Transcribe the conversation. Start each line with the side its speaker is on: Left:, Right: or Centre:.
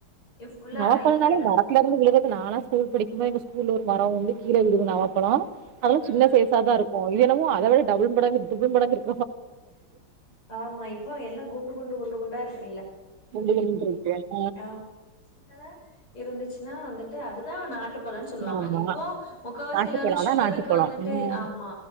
Left: இது ஃபுல்லா
Right: நவாப்பழனாலே
Left: ஹைப்ரேட் அது
Right: மரத்லருந்து விழுக நானா ஸ்கூல் படிக்கும்போ எங்க ஸ்கூல்ல ஒரு மரோ உண்டு கீழ விழுகு நவாபழொ அதெல்லா
Left: ம்
Right: சின்ன சைசா தா இருக் கு இது என்னவோ அத விட டபுள் மடங்கு ட்ரிபிள் மடங்கு இருக்
Left: ஆமா இப்ப எல்லா குண்டு குண்டு குண்டு குண்டா இருக்
Right: <unintelligible>
Left: ஆ சின்னதா எப் இருந்துச்சுன்னா வந்துட்டு அதுதான் நாட்டுப் பழம் சொல்லுவாங்க
Right: ஆமா.
Left: இப்போ முக்கவாசி
Right: நாட்டுப்பழம்
Left: எல்லாரும்
Right: அதான்
Left: சுகருக்கு
Right: நாட்டுப்பழம்.
Left: வந்துட்டு
Right: ம்.
Left: ஆமா